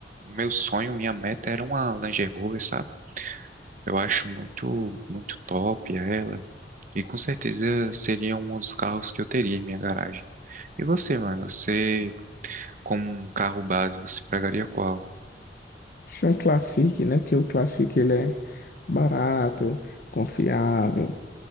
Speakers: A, on the right; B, on the left.
A: meu sonho, minha meta era uma Land Rover, sabe? Eu acho muito muito top ela e com certeza seria um dos carros que eu teria em minha garagem. E você, mano, você como um carro base, você pegaria qual?
B: Acho que é um Classic, né? Porque o Classic, ele é barato, confiável.